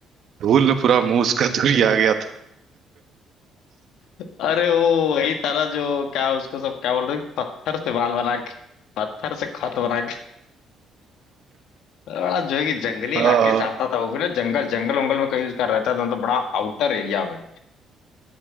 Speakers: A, on the right (about 50°); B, on the left (about 75°).
A: धूल में पूरा मुंह उसका धुरी आ गया
B: अरे वो वही तारा जो क्या उसको सब क्या बोलते हैं, पत्थर से बाल बना के पत्थर से खत बना के बड़ा जो है कि जंगली
A: था
B: इलाके से आता था वो भी ना जंगल जंगल वंगल में कहीं उसका रहता था तो बड़ा आउटर एरिया में